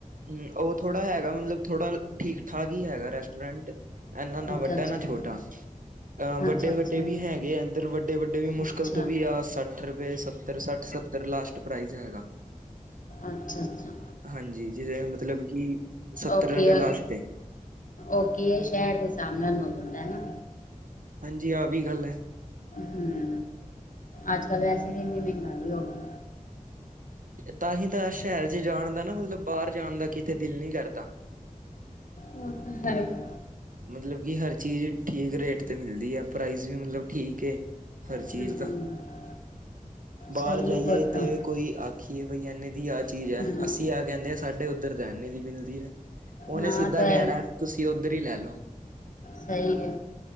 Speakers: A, on the right; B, on the left.
A: ਹੂੰ, ਉਹ ਥੋੜਾ ਹੈਗਾ, ਮਤਲਬ ਥੋੜਾ ਠੀਕ-ਠਾਕ ਈ ਹੈਗਾ ਰੈਸਟੋਰੈਂਟ ਐਨਾਂ ਨਾ
B: ਅੱਛਾ
A: ਵੱਡਾ,
B: ਅੱਛਾ
A: ਨਾ ਛੋਟਾ ਅ ਵੱਡੇ-ਵੱਡੇ
B: ਅੱਛਾ ਅੱਛਾ
A: ਵੀ ਹੈਗੇ ਆ ਇਧਰ, ਵੱਡੇ-ਵੱਡੇ ਵੀ ਮੁਸ਼ਕਿਲ
B: ਅੱਛਾ
A: ਤੋਂ ਵੀ ਆ ਸ ਅੱਠ ਰੁਪਏ, ਸੱਤਰ-ਸਾਠ, ਸੱਤਰ ਲਾਸਟ ਪ੍ਰਾਈਜ਼ ਹੈਗਾ।
B: ਅੱਛਾ-ਅੱਛਾ।
A: ਹਾਂਜੀ, ਜਿਦੇ ਮਤਲਬ ਕਿ ਸੱਤਰ
B: ਓਕੇ
A: ਰੁਪਏ ਲਾਸਟ
B: ਅ,
A: ਏ
B: ਓਕੇ ਐ ਸ਼ੈਰ ਦੇ ਸਾਬ ਨਾਲ ਹੋ ਜਾਂਦੈ ਨਾ
A: ਹਾਂਜੀ, ਆ ਵੀ ਗੱਲ ਐ।
B: ਹੂੰ, ਅੱਜ-ਕੱਲ ਵੈਸੇ ਵੀ ਏਨੀ ਮਹਿਗਾਈ ਹੋ ਗੀ।
A: ਤਾਂਹੀ ਤਾਂ ਸ਼ਹਿਰ ਚ ਜਾਨ ਦਾ ਨਾ, ਮਤਲਬ ਬਾਹਰ ਜਾਨ ਦਾ ਕਿਤੇ ਦਿਲ ਨੀ ਕਰਦਾ।
B: ਉਹ ਤਾ ਹੈ ਈ।
A: ਮਤਲਬ ਕਿ ਹਰ ਚੀਜ਼ ਠੀਕ ਰੇਟ ਤੇ ਮਿਲਦੀ ਆ, ਪ੍ਰਾਈਜ਼ ਵੀ ਮਤਲਬ ਠੀਕ ਏ। ਹਰ
B: ਹਮ
A: ਚੀਜ਼ ਦਾ ਬਾਹਰ
B: ਸਹੀ
A: ਜਾਈਏ
B: ਹੈ ਫਿਰ
A: ਤੇ
B: ਤਾਂ
A: ਕੋਈ ਆ ਆਖੀਏ ਬਈ ਐਨੇ ਦੀ ਆ ਚੀਜ਼ ਐ,
B: ਹਮ
A: ਅਸੀ ਆ ਕਹਿੰਦੇ ਆ ਸਾਡੇ ਓਧਰ ਤਾਂ ਐਨੇ ਦੀ ਮਿਲਦੀ ਐ। ਓਨੇ
B: ਹਾਂ
A: ਸਿੱਧਾ
B: ਤਾਂ
A: ਕਹਿਣੈ,
B: ਇਹ
A: ਤੁਸੀ ਓਧਰ ਈ ਲੈ ਲੋ।
B: ਸਈ ਹੇ,